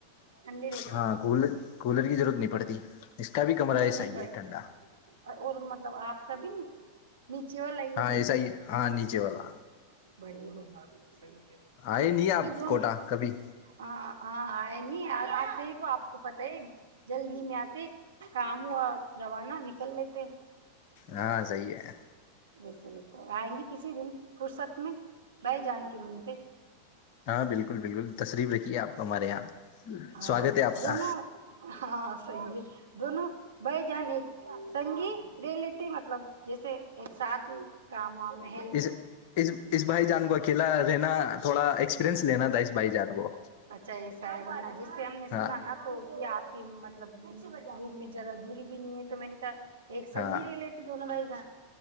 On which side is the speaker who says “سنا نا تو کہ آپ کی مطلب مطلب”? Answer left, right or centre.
Right